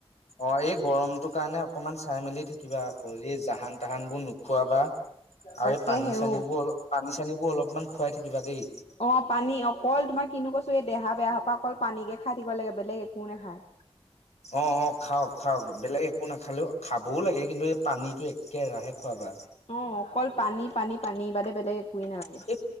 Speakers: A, on the left; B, on the left.
A: অ, এই গৰমটো কাৰণে অকমান চাই মেলি থাকিবা আকৌ। এই জাহান তাহান বোৰ নোখোৱাবা। আৰু
B: তাকে
A: এই পানী-চানী
B: হেও
A: বোৰ অলপ পানী-চানী বোৰ অলপমান খুৱাই থাকিবা দেই।
B: অঁ পানী অকল তোমাৰ কিনো কৈছো এই দেহা বেয়া পৰা অকল পানীকে খাই থাকিব লাগে বেলেগ একো নেখায়।
A: অঁ অঁ খাওক খাওক বেলেগ একো নাখালেও খাবও লাগে কিন্তু এই পানীতো- একে ৰাহে খুৱাবা।
B: অঁ অকল পানী, পানী, পানী বাদে বেলেগ। একোৱেই নালাগে
A: এই